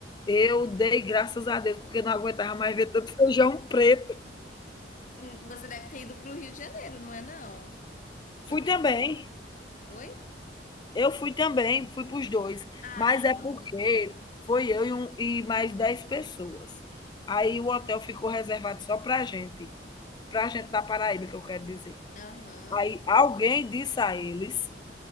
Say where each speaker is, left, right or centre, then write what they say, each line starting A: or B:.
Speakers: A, on the left (about 25°); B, on the left (about 45°).
A: eu dei graças a Deus, porque não aguentava mais ver tanto feijão preto.
B: Hum, Você deve ter ido para o Rio de Janeiro, não é não?
A: Fui
B: Foi para
A: também,
B: Oi?
A: eu fui também, fui para os dois,
B: Ah,
A: mas
B: então.
A: é porque foi eu e, um- e mais 10 pessoas. Aí o hotel ficou reservado só para a gente, para a gente da Paraíba, que eu quero dizer.
B: Aham.
A: Aí alguém disse a eles